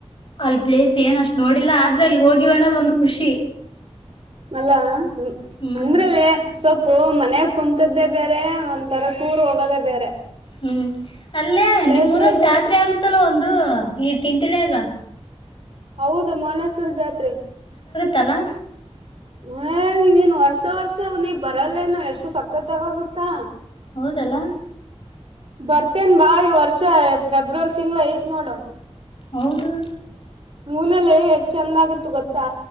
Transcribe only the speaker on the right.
ಅಲ್ಲಾ ಹ್ಮ್
ಅಂದ್ರಲ್ಲೇ ಸೊಪ್ಪು ಮನ್ಯಾಗ್ ಕುೂಂತದ್ದೆ ಬ್ಯಾರೆ ಒಂಥರ ಟೂರ್ ಹೋಗೋದೇ ಬೇರೆ.
ಪ್ಲೇಸ್ಗಳು
ಹೌದು ಮನಸೂರ್ ಜಾತ್ರೆ
ಹ ನೀನೇನ್ ವರ್ಷಾ ವರ್ಷಾ ನೀ ಬರಲ್ಲೇನು ಎಷ್ಟು ಸಕ್ಕತ್ತಾಗಿ ಆಗುತ್ತಾ
ಬರತೆನ. ಬಾ ಈ ವರ್ಷಾ. ಫೆಬ್ರರಿ ತಿಂಗ್ಳು ಐತ್ ನೋಡು.
ಹೂನಲೆ ಎಷ್ಟ್ ಚಂದ ಆಗತ್ತು ಗೊತ್ತಾ.